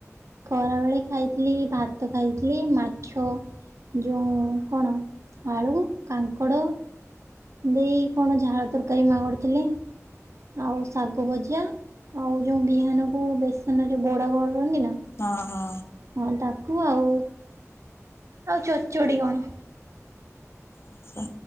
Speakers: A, on the right; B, on the left.
A: ଖରାବେଳେ ଖାଇଥିଲି ଭାତ ଖାଇଥିଲି ମାଛ ଯୋଉଁ କଣ ଆଳୁ, କାଙ୍କଡ଼ ଦେଇ କଣ <unintelligible> ତରକାରୀ ମା କରିଥିଲେ ଆଉ ଶାଗ ଭଜା ଆଉ ଯୋଉ ବିହାନ କୁ ବେସନ ରେ ବଡା କରନ୍ତି ନା
B: ହଁ ହଁ
A: ହଁ ତାକୁ ଆଉ ଆଉ ଚଡଚଡ଼ି କଣ।
B: ଆଛା